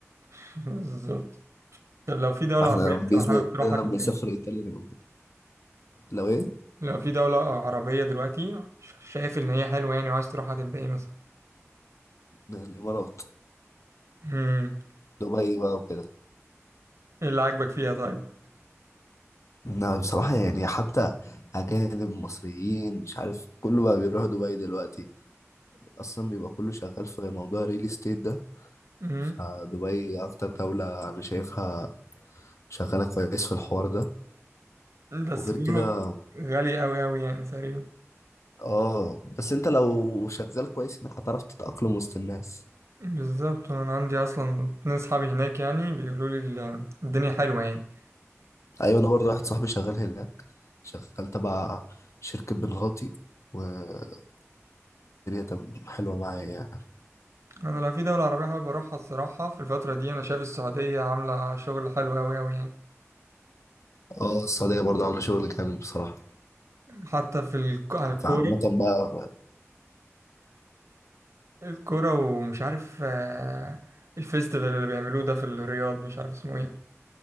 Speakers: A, on the right; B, on the left.
A: <laughs> بالظبط طب لو في دولة
B: فاحنا
A: عربية
B: لما-
A: انت
B: بإذن
A: حابب تروحها
B: الله
A: تبقى
B: لما نسافر
A: ايه؟
B: إيطاليا نبقى نجيب. لو إيه
A: لو في دولة عربية دلوقتي ش- شايف إن هي حلوة يعني وعايز تروح هتبقى إيه مثلا؟
B: ن- الإمارات
A: مم.
B: دبي بقى وكده
A: إيه اللي عاجبك فيها طيب؟
B: لا بصراحة يعني حتى أجانب مصريين مش عارف كله بقى بيروح دبي دلوقتي أصلا بيبقى كله شغال في موضوع الريل استيت ده
A: مم.
B: فدبي أكتر دولة أنا شايفها شغالة كويس في الحوار ده وغير
A: بس بيقولوا
B: كده
A: غالية أوي أوي يعني تقريبا
B: اه بس انت لو شغال كويس انك هتعرف تتأقلم وسط الناس
A: بالظبط أنا عندي أصلا اتنين صحابي هناك يعني بيقولوا لي ال- الدنيا حلوة يعني
B: ايوه انا برضه واحد صاحبي شغال هناك شغال تبع شركة بنغاتي والدنيا تم حلوة معايا يعني
A: أنا لو في دولة عربية حابب أروحها الصراحة في الفترة دي أنا شايف السعودية عاملة شغل حلو أوي أوي يعني
B: اه السعودية برضه عاملة شغل جامد بصراحة
A: حتى في الك... على الكورة
B: فعامة بقى
A: الكورة ومش عارف آه، الفيستيفال اللي بيعملوه ده في الرياض مش عارف اسمه إيه